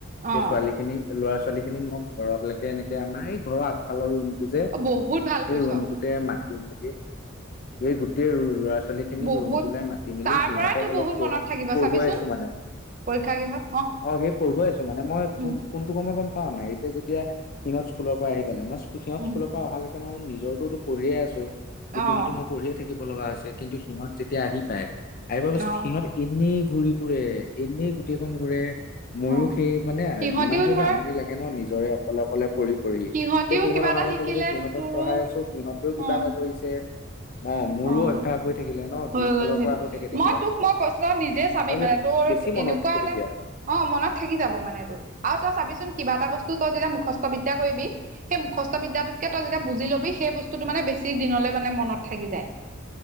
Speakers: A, on the left; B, on the right.
A: সেই
B: অ
A: ছোৱালী খিনি ল'ৰা ছোৱালী খিনিক মই ঘৰৰতলৈকে এনেকে আমাৰ এই ঘৰৰ আগফালৰ ৰুম। যে
B: বহুত ভাল
A: সেই
B: কৰিছ
A: ৰুমটোতে মাতি মেলি স গোটেই ল'ৰা ছোৱালী লৰা-ছোৱালী খিনিক
B: বহুত
A: ৰুমটোলৈ মাতি মেলি
B: তাৰ
A: সিহঁতক
B: পৰাই তো
A: অলপ
B: বহুত মনত থাকিব
A: পঢ়ুৱাই
B: চাবিচোন
A: আছো মানে।
B: পৰীক্ষা গৃহত
A: অ' সেই পঢ়ুৱাই আছো মানে মই কোন-কোনটো
B: উম
A: সময় গম পোৱা নাই এতিয়া যেতিয়া সিহঁত স্কুলৰ পৰা আহি পে মই সিহত
B: উম
A: স্কুলৰ পৰা অহালৈকে। মই মোৰ নিজৰোতো পঢ়িয়ে আছো। ইটো
B: অহ,
A: সিটো মই পঢ়িয়ে থাকিব লগা হৈছে কিন্তু সিহঁত যেতিয়া আহি পায় আহিব পিছত
B: অ
A: সিহঁত এনে ঘূৰি ফুৰে এনেই গোটেইখন ঘূৰে। ময়ো
B: অ
A: সেই মানে
B: সিহঁতিও
A: যিমান যি
B: ধৰ
A: আমনি লাগে ন নিজৰে অকলে-অকলে পঢ়িম।
B: সিহঁতিও
A: এতিয়া সিহঁত
B: কিবা
A: অহাৰ
B: এটা
A: লগে
B: শিকিলে
A: লগে সিহঁতক
B: তোৰো
A: পঢ়াই আছো সিহঁতেও কিবা
B: অ
A: এটা কৰিছে। অ মোৰো
B: অ'
A: অভ্যাস হৈ থাকিলে ন
B: হৈ
A: দুইফালৰ
B: গল সেইটো
A: পৰা হৈ থাকে তেতিয়া
B: মই তোক মই কৈছো নিজে চাবি
A: আৰু সেইটো
B: মানে তোৰ।
A: বেছি মনত
B: এনেকুৱা
A: থাকে
B: এটা
A: তেতিয়া
B: অ' মনত থাকি যাব মানে এইটো আৰু তই চাবিচোন কিবা এটা বস্তু তই যেতিয়া মুখস্থ বি য়া কৰিবি, সেই মুখস্থ বিদ্যাটোতকে তই যেতিয়া বুজি ল'বি সেই বস্তুতটো মানে বেছি দিনলৈ মানে মনত থাকি যায়।